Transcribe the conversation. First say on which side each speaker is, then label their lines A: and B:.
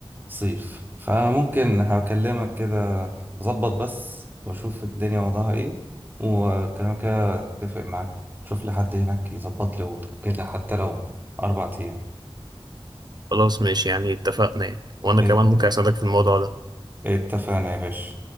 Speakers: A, on the right; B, on the right.
A: صيف فممكن هكلمك كده اظبط بس واشوف الدنيا وضعها ايه وكلامك كده اتفق معاك شوف لي حد هناك يظبط لي اوضه كده حتى لو اربع ايام
B: خلاص ماشي يعني اتفقنا يعني وأنا
A: ات-
B: كمان ممكن أساعدك في الموضوع ده
A: اتفقنا يا باشا